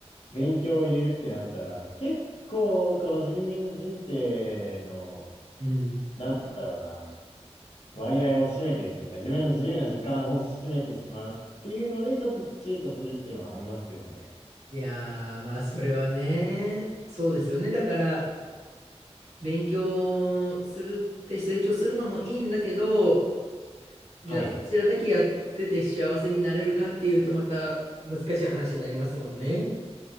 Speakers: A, on the left (about 70°); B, on the right (about 75°).
A: 勉強を入れるってなったら、結構この自分の人生の、
B: うん。
A: なんだろうな、割合を占めているというか、自分の自由な時間を占めてしまうっていうので、ちょっと躊躇するっていうのはありますよね。
B: いやー、まあ、それはね、そうですよね。だから、勉強するって成長するのもいいんだけど、じゃあ、
A: はい。
B: そちらだけやってて幸せになれるかっていうと、また難しい話になりますもんね。